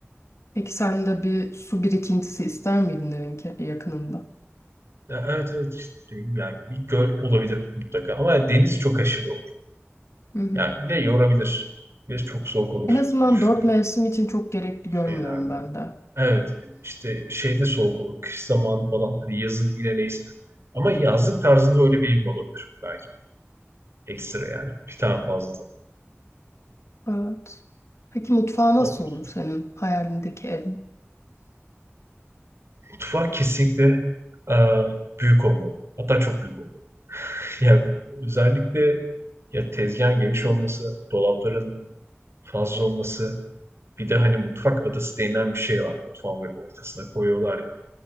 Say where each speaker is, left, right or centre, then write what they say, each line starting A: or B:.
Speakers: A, on the left; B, on the right.
A: Peki sen de bir su birikintisi ister miydin evin ke- yakınında?
B: Ya evet evet işte dediğim gibi, yani bir göl olabilir mutlaka ama deniz çok aşırı olur.
A: Hı hı.
B: Yani bir de yorabilir. Bir de çok soğuk olur
A: En azından
B: gibi düşünüyorum
A: dört mevsim için çok gerekli görmüyorum
B: şeylerde.
A: ben de.
B: Evet, işte şeyde soğuk olur, kış zamanı falan, hani yazın yine neyse. Ama yazlık tarzında öyle bir evim olabilir belki. Ekstra yani, bir tane fazladan
A: Evet. Peki mutfağı nasıl
B: olur.
A: olur senin hayalindeki evin?
B: Mutfak kesinlikle eee, büyük olmalı. Hatta çok büyük olmalı. <laughs> Yani özellikle ya tezgahın geniş olması, dolapların fazla olması, bir de hani mutfak adası denilen bir şey var. Mutfağın böyle ortasına koyuyorlar ya,